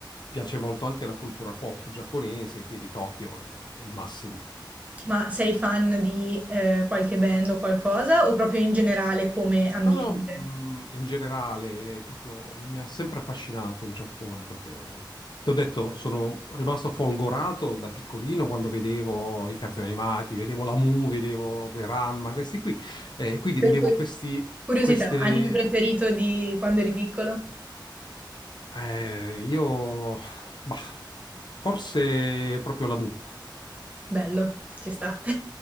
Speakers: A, on the left; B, on the right.
A: piace molto anche la cultura pop giapponese, quindi Tokyo è è il massimo.
B: Ma sei fan di, ehm, qualche band o qualcosa o proprio in generale come ambiente?
A: No, no, mh, in generale, proprio mi ha sempre affascinato il Giappone, proprio. Ti ho detto, sono rimasto folgorato da piccolino quando vedevo i cartoni animati, vedevo la Mu, vedevo quei Ranma, questi qui. E quindi
B: Per
A: vedevo
B: cui
A: questi,
B: curiosità,
A: queste...
B: anime preferito di quando eri piccolo?
A: eh, io... Bah, forse proprio la Mu.
B: Bello, ci sta. <laughs>